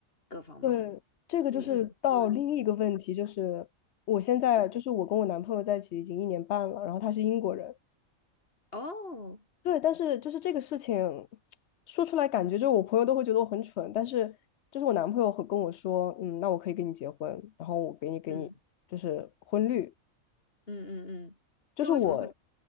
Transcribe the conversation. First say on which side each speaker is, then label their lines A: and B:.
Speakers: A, on the left (about 45°); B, on the left (about 60°).
A: 各方面。
B: 对，这个就是到另一个问题，
A: 除了
B: 就是我现在就是我跟我男朋友在一起已经一年半了，
A: 对，
B: 然后他是英国人，
A: 哦，
B: 对，但是就是这个事情说出来，感觉就是我朋友都会觉得我很蠢，但是就是我男朋友很跟我说，嗯，那我可以跟你结婚，然后我给你给你就是婚绿。
A: 嗯，嗯嗯嗯，
B: 就是我
A: 就为什么会？